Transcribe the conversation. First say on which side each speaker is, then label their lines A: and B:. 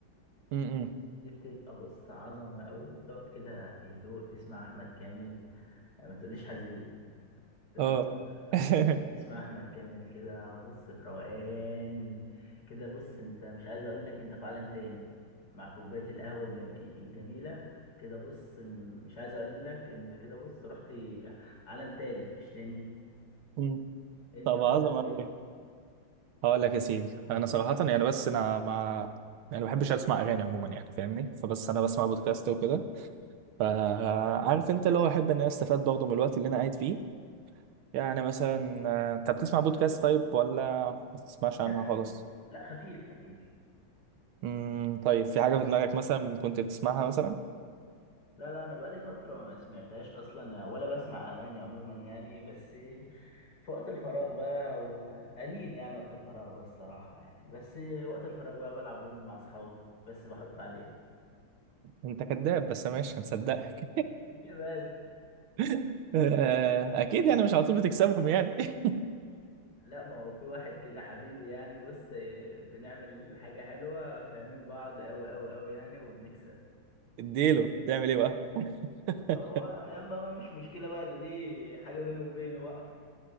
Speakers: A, on the right (about 80°); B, on the left (about 55°).
A: م- م.
B: دي بتبقى بص عظمه قوي تقعد كده في هدوء تسمع احمد كامل ما تقوليش حزين تمام
A: اه
B: هتس-
A: <laughs>
B: تسمع احمد كامل كده بص في روقان كده بص انت مش عايز اقول لك انت في عالم تاني مع كوبايه القهوه الجم- الجميله كده بص م- مش عايز اقول لك انت كده بص رحت عالم تالت مش تاني
A: م.
B: انت
A: طب
B: بقى
A: عظمة
B: بتعمل ايه
A: أوي هقول لك يا سيدي انا صراحه يعني بس انا ما يعني ما بحبش اسمع اغاني عموما يعني فاهمني فبس انا بسمع بودكاست وكده فعارف انت اللي هو احب ان انا استفاد برضه من الوقت اللي انا قاعد فيه يعني مثلا آه، انت بتسمع بودكاست طيب ولا ما بتسمعش عنها
B: خفيف
A: خالص
B: لا خفيف خفيف
A: امم طيب في حاجه في دماغك مثلا كنت بتسمعها مثلا
B: لا لا انا بقالي فتره ما سمعتهاش اصلا يعني ولا بسمع اغاني عموما يعني بس في وقت الفراغ بقى وقليل يعني وقت الفراغ ده الصراحه يعني بس وقت الفراغ بقى بلعب دومين مع اصحابي بس بحط عليها
A: انت كذاب بس ماشي هنصدقك
B: ليه بس
A: <laughs> آه، اكيد يعني مش على طول بتكسبهم يعني <laughs>
B: لا ما هو في واحد كده حبيبي يعني بص بنعمل حاجه حلوه فاهمين بعض قوي قوي قوي يعني وبنكسب
A: اديله تعمل ايه بقى <laughs>
B: هو يلا بقى مش مشكله بقى ده دي حاجه بيني وبينه بقى